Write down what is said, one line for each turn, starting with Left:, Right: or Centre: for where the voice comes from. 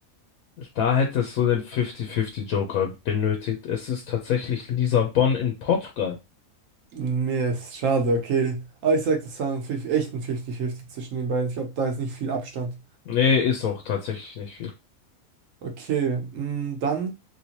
Left: Da hättest du den 50-50 Joker benötigt. Es ist tatsächlich Lissabon in Portugal.
Right: Mir ist schade, okay. Aber ich sag, das war ein fif- echt ein 50-50 zwischen den beiden. Ich glaube, da ist nicht viel Abstand.
Left: Nee, ist auch tatsächlich nicht viel.
Right: Okay, mm, dann